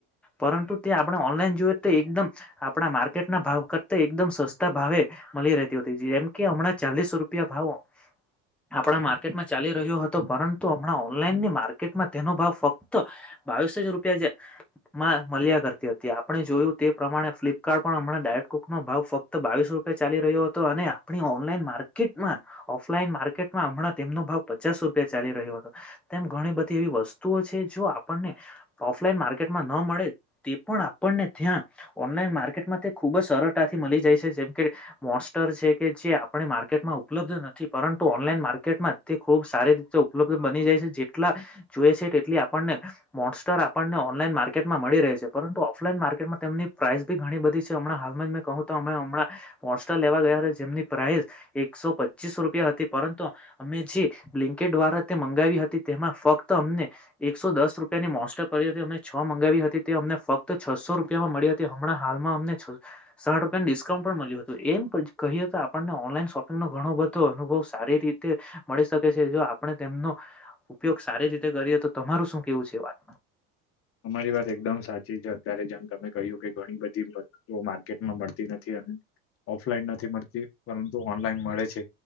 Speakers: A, in the centre; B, on the left.
A: પરંતુ ત્યા આપણે ઓનલાઈન જોમ આપણા માર્કેટના ભાવ કરતા એકમ સ ભાવે મળી રહેતી હતી જેમ કે હમણાં ચાલીસ રૂપિયા ભાવો આપણા માર્કેટમાં ચાલી રહ્યો હતો પરંતુ હમણાં ઓનલાઈન ની માર્કેટમાં તેનો ભાવ ફક્ત બજ રૂપિયામાં મળ્યા કરતી હતી આપણે જોયું તે પ્રમાણે ફ્લિપકાર્ટ પણ હમણાં ડાયક ભાવ ફત બાવીસ રૂપ ચાલી રહ્યો હતો અને આપ ઓનલાઈન માર્કેટમાં ઓફલાન માટ માં હમણાં તેમનો ભાવ પચાસ રૂપિયા ચાલી રહ્યો હતો તેમ ઘણી બધી એવી વસ્તુઓ છે જો આપણને ઓફલાઈન માર્કેટમાં ન મળે તે પણ પણને ત્યાં ઓનલાઈન માર્કેટમાં ખુબ જ સરળતાથી મળી જાય છે જે છે મોસ્ટર છે કે જે આપણે માર્કેટમાં ઉપલબ્ધ નથી પરંતુ ઓનલાઈન માર્કેટમાં તે ખૂબ સારી રીતે ઉપલબ્ધ બની જાય છે જેટલા જોએ છે. એટ આપને મોસ્ટર આપણને ઓનલાઈન માર્કેટમાં મળી રહે છે પરંતુ ઓફલાઈન માર્કેટમાં તેમની પ્રાઇસ બી ઘણી બધી છે હમણાં હાલમાં જ મેં કહ તો અમે હમણાં પહચ લેવા ગયા હતા જેમની પ્રાઇસ એકસો પચીસ રૂપિયા હતા પરંતુ અમે જે બ્લિન્કેટ દ્વારા તે મંગાવી હતી તેમાં ફક્ત અમને એકસો દસ રૂપ તેની મોસ્ટ પરરી હતી અમને છ મંગાવી હતી તે અમને ફક્ત છસો મળી હતી હમણાં હાલમાં અમને સા રૂપિયા ડિસ્કાઉન્ટ પણ મળ્યું હતું એમ કહી આપણને. ઓનલાઈન શોપિંગો ઘો બધો અનુવ છે. સારી રીતે મળી શકે છે જો આપણે તેમનો ઉપયોગ સારી રીતે કરીએ તો તમારું શું કેવું છે. વાત
B: <inaudible> અમારી વાત એકદમ સાચી છે અત્યારે જેમ તમે કહ્યું કે ઘણી બધી વસ્તુઓ માર્કેટમાં મળતી નથી. <inaudible> ઓફલાઈન નથી મળતી પરંતુ ઓનલાઈન મળે છે